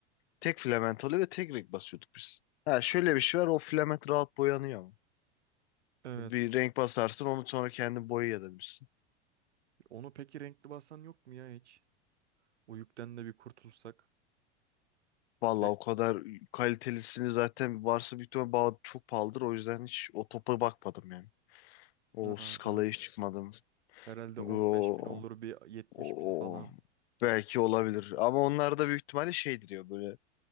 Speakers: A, on the left; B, on the right.
A: Tek filament oluyor ve tek renk basıyorduk biz. Ha şöyle bir şey var o filament rahat boyanıyor ama.
B: Evet.
A: Bir renk basarsın onu sonra kendin boyayabilirsin.
B: Onu peki renkli basan yok mu ya hiç? O yükten de bir kurtulsak.
A: Valla
B: Direkt
A: o kadar kalitelisini zaten varsa büyük ihtimal bağ- çok pahalıdır. O yüzden hiç o topa bakmadım yani. O
B: ha,
A: skalaya
B: değil mi?
A: hiç çıkmadım.
B: Herhalde
A: Çünkü
B: 15
A: O,
B: bin olur bir 70
A: o,
B: bin falan.
A: belki olabilir. Ama onlar da büyük ihtimalle şeydir ya böyle